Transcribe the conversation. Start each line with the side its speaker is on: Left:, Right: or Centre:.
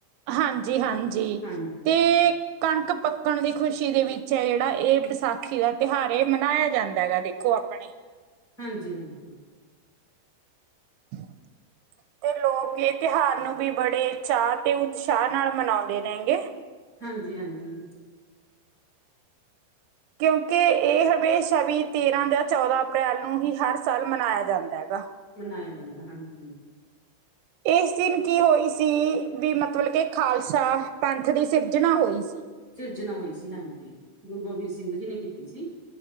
Right: ਹਾਂਜੀ-ਹਾਂਜੀ,
Left: ਹਾਂਜੀ
Right: ਤੇ ਕਣਕ ਪੱਕਣ ਦੀ ਖੁਸ਼ੀ ਦੇ ਵਿੱ ਚ ਹੈ ਜਿਹੜਾ ਇਹ ਵਿਸਾਖੀ ਦਾ ਤਿਉਹਾਰ ਏਹ ਮਨਾਇਆ ਜਾਂਦਾ ਹੈਗਾ ਦੇਖੋ ਆਪਣੇ
Left: ਹਾਂਜੀ-ਹਾਂਜੀ।
Right: <unintelligible> ਤੇ ਲੋਕ ਇਹ ਤਿਉਹਾਰ ਨੂੰ ਵੀ ਬੜੇ ਚਾਅ ਤੇ ਉਤਸ਼ਾਹ ਨਾਲ ਮਨਾਉਂਦੇ ਨੇ ਗੇ।
Left: ਹਾਂਜੀ-ਹਾਂਜੀ।
Right: ਕਿਉਂਕਿ ਇਹ ਹਮੇਸ਼ਾ ਵੀ ਤੇਰਾਂ ਜਾਂ ਚੌਦਾਂ ਅਪ੍ਰੈਲ ਨੂੰ ਹੀ ਹਰ ਸਾਲ ਮਨਾਇਆ ਜਾਂਦਾ ਹੈਗਾ।
Left: ਮਨਾਇਆ ਜਾਂਦਾ, ਹਾਂਜੀ ਹਾਂ।
Right: <inaudible> ਇਸ ਦਿਨ ਕੀ ਹੋਈ ਸੀ ਵੀ ਮਤਲਬ ਕੇ ਖਾਲਸਾ ਪੰਥ ਦੀ ਸਿਰਜਣਾ ਹੋਈ ਸੀ।
Left: ਸਿਰਜਣਾ ਹੋਈ ਸੀ, ਹਾਂਜੀ, ਗੁਰੂ ਗੋਬਿੰਦ ਸਿੰਘ ਜੀ ਨੇ ਕੀਤੀ ਸੀ।